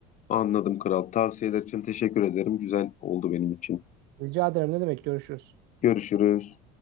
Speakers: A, on the left; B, on the right.
A: Anladım kral. Tavsiyeler için teşekkür ederim. Güzel oldu benim için.
B: Rica ederim ne demek görüşürüz.
A: Görüşürüz.